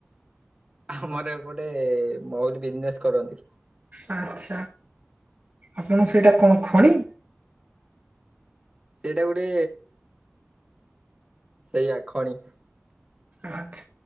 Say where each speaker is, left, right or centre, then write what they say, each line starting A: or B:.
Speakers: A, on the right (about 20°); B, on the right (about 40°).
A: ଆମର ଏପଟେ ମହୁଲି ବିଜନେସ୍ କରନ୍ତି।
B: ଆଚ୍ଛା ଆପଣ ସେଇଟା କଣ ଖଣି?
A: ସେଇଟା ଗୋଟେ ସେଇଆ ଖଣି।
B: ଆଛା।